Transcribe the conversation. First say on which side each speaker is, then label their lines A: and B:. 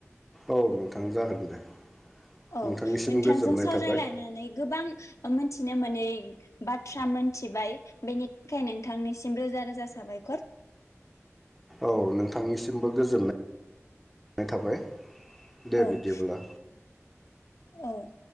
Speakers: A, in the centre; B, on the left (about 80°).
A: औ नोंथां जागोन दे।
B: औ
A: नोंथांनिसिम
B: नोंथांजों
A: गोजोननाय
B: सावरायलायनानै
A: थाबाय
B: गोबां मिथिनो मोनै बाथ्रा मोनथिबाय बेनि थाखाय नोंथांनिसिम रोजा रोजा साबायखर।
A: औ नोंथांनिसिमबो गोजोननाय थाबाय। दे
B: औ,
A: बिदिब्ला
B: औ।